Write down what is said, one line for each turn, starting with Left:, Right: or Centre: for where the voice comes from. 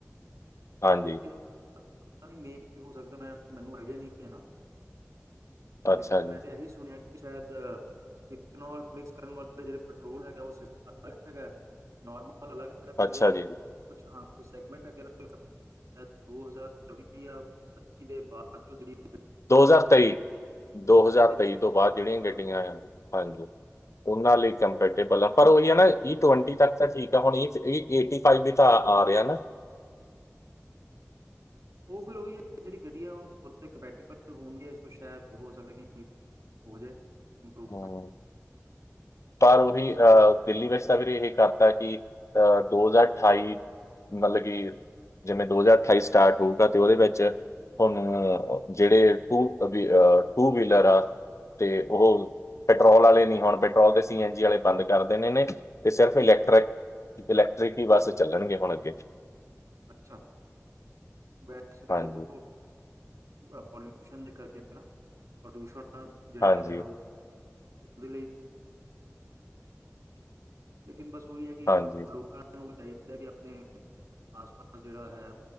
Left: ਹਾਂਜੀ
Right: ਲੇਕਨ ਪਤਾ ਨੀ ਵੀ ਹੋ ਸਕਦਾ ਮੈਂ ਮੈਨੂੰ ਆਈਡੀਆ ਨਹੀਂ ਹੈ ਨਾ,
Left: ਅੱਛਾ
Right: ਲੇ
Left: ਜੀ
Right: ਮੈਂ ਤਾਂ ਇਹੀ ਸੁਣਿਆ, ਕਿ ਸ਼ਾਇਦ ਇਥੇਨੋਲ ਮਿਕਸ ਕਰਨ ਵਾਲੇ ਜਿਹੜੇ ਪੈਟਰੋਲ ਹੈਗਾ ਉਹ ਸਿਸਟਮ ਅਲਗ ਹੈਗਾ। ਨੋਰਮਲ ਅਲੱਗ ਹੈਗਾ,
Left: ਅੱਛਾ
Right: ਜਿਹੜੇ
Left: ਜੀ
Right: ਕੁਛ ਹਾਂ ਕੁ ਸੈਗਮੈਂਟ ਹੈਗੇ। <unintelligible> ਦੋ ਹਜ਼ਾਰ ਚੌਵੀ ਜਾਂ ਪੱਚੀ ਦੇ ਬਾਅਦ ਸੱਚੋ ਜਿੜੀ <unintelligible>
Left: ਦੋ ਹਜ਼ਾਰ ਤੇਈ ਦੋ
Right: ਉਸ
Left: ਹਜ਼ਾਰ
Right: ਤੇ
Left: ਤੇਈ
Right: ਕੁਝ ਹਾਂ
Left: ਤੋਂ ਬਾਅਦ ਜਿਹੜੀਆਂ, ਗੱਡੀਆਂ
Right: ਹਾਂ
Left: ਹਾਂਜੀ, ਉਹਨਾਂ ਲਈ ਕੰਪੈਟੇਬਲ ਆ ਪਰ ਉਹੀ ਹੈ, ਨਾ ਈ ਟਵੰਟੀ ਤੱਕ ਤਾਂ ਠੀਕ ਆ ਹੁਣ ਏਟੀ ਫਾਈਵ ਵੀ ਤਾਂ ਆ ਰਿਹਾ ਨਾ,
Right: ਉਹ ਫਿਰ ਉਹੀ ਹੈ, ਕਿ ਜਿਹੜੀ ਗੱਡੀ ਆ ਉਥ ਕੰਪੈੇਟੀਬਲ ਹੋਣਗੇ ਇਸ ਤੋਂ ਸ਼ਾਇਦ ਹੋ ਸਕੇ। ਹੋ ਜਾਏ ਇੰਪਰੂਵਮੈਂਟ,
Left: ਹਮ, ਪਰ ਉਹੀ ਅਹ ਦਿੱਲੀ ਵਿੱਚ ਤਾਂ ਫਿਰ ਇਹ ਕਰਤਾ, ਕਿ ਅਹ ਦੋ ਹਜ਼ਾਰ ਅਠਾਈ ਮਤਲਬ ਕਿ ਜਿਵੇਂ, ਦੋ ਹਜ਼ਾਰ ਅਠਾਈ ਸਟਾਰਟ ਹੋਊਗਾ ਤੇ ਉਹਦੇ ਵਿੱਚ ਹੁਣ ਜਿਹੜੇ ਟੂ ਵੀ ਟੂ ਵੀਲਰ ਆ। ਤੇ ਉਹ ਪੈਟਰੋਲ ਵਾਲੇ ਨੀ ਹੋਣ, ਦੇ ਸੀ ਐਨ ਜੀ ਵਾਲੇ ਬੰਦ ਕਰ ਦੇਣੇ ਨੇ ਤੇ ਸਿਰਫ ਇਲੈਕਟ੍ਰਿਕ, ਇਲੈਕਟ੍ਰਿਕ ਹੀ ਬੱਸ ਚੱਲਣਗੇ, ਹੁਣ ਅੱਗੇ
Right: ਅੱਛਾ ਵੈਸੇ ਤਾਂ
Left: ਹਾਂਜੀ
Right: ਦੇਖੋ, <unintelligible> ਪੋਲਿਊਸ਼ਨ ਦੇ ਕਰਕੇ ਨਾ ਪ੍ਰਦੂਸ਼ਣ ਜਿਹੜਾ
Left: ਹਾਂਜੀ
Right: ਹੈਗਾ ਹੈ, ਉਹ ਉਹਦੇ ਲੇਕਿਨ ਬਸ ਉਹੀ ਹੈ। ਕਿ
Left: ਹਾਂਜੀ
Right: ਲੋਕਾਂ ਨੂੰ ਵੀ ਚਾਹੀਦਾ ਕਿ ਆਪਣੇ, ਆਸ ਪਾਸ ਜਿਹੜਾ ਹੈ